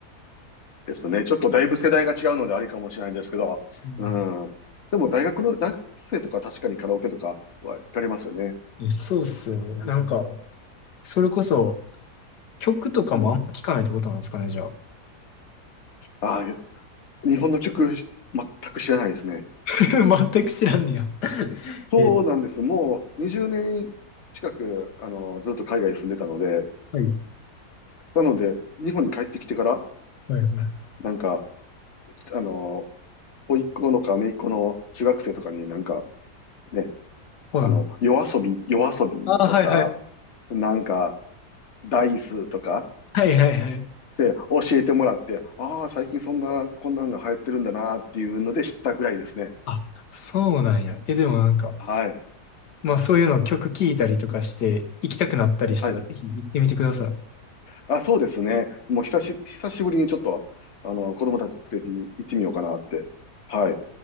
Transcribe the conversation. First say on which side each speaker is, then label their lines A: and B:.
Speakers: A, on the left; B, on the left.
A: ですね。ちょっとだいぶ世代が違うのであれかもしれないですけど、
B: うん
A: うん。でも大学の、大学生とか確かにカラオケとかは行かれますよね。
B: そうっすよね。なんか、それこそ、曲とかもあんま聞かないってことなんですかね、
A: うん。
B: じゃあ。
A: ああ、いや日本の曲全く知らないですね。
B: <laughs> 全く知らんねや。<laughs>
A: そうなんです。
B: え、
A: もう20年近く、あの、ずっと海外に住んでたので、
B: はい。
A: なので、日本に帰ってきてから、
B: はいはい。
A: なんか、あの、甥っ子のか姪っ子の中学生とかになんか、ね、
B: はい。
A: あの、夜遊び、夜遊びとか、
B: ああ、はいはい。
A: なんか、ダイスとか
B: はいはいはい。
A: って教えてもらって、ああ、最近そんな、こんなんが流行ってるんだなっていうので知ったぐらいですね。
B: あ、そうなんや。え、でもなんか、
A: はい。
B: まあそういうのを曲聴いたりとかして行きたくなったりしたらぜひ行ってみてください。
A: はい。あ、そうですね。もう久し、久しぶりにちょっと、あの、子供たち連れて行ってみようかなって。はい。